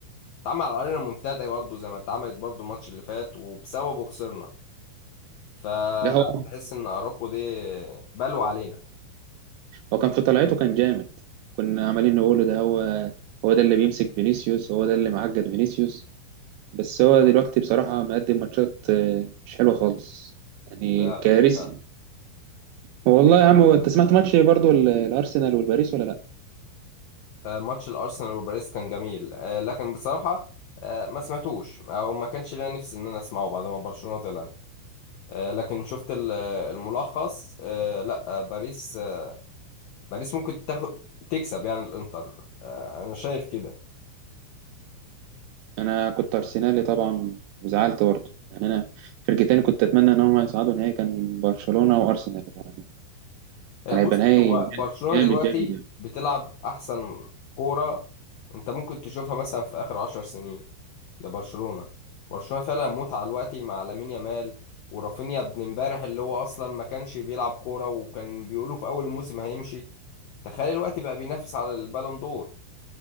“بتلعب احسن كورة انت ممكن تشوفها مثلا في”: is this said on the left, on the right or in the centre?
Left